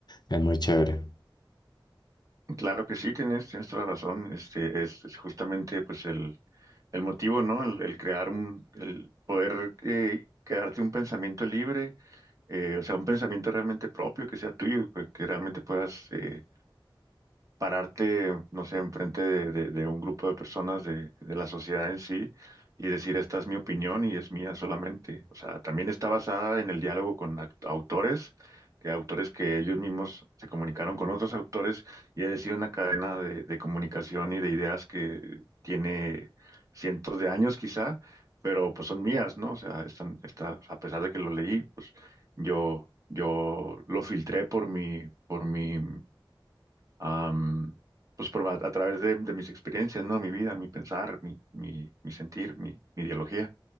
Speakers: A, on the left; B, on the right.
A: Es muy chévere.
B: Claro que sí, tienes, tienes toda la razón. Este es, es justamente pues el, el motivo, ¿no? El, el crear un, el poder eh, quedarte un pensamiento libre, eh, o sea, un pensamiento realmente propio que sea tuyo, que, que realmente puedas eh, pararte, no sé, enfrente de, de, de un grupo de personas de, de la sociedad en sí y decir, esta es mi opinión y es mía solamente. O sea, también está basada en el diálogo con act- autores, que autores que ellos mismos se comunicaron con otros autores y ha sido una cadena de, de comunicación y de ideas que tiene cientos de años quizá, pero pues son mías, ¿no? O sea, están, está, a pesar de que lo leí, pues yo, yo lo filtré por mi, por mi am, pues por, a, a través de, de mis experiencias, ¿no? Mi vida, mi pensar, mi, mi, mi sentir, mi, mi ideología.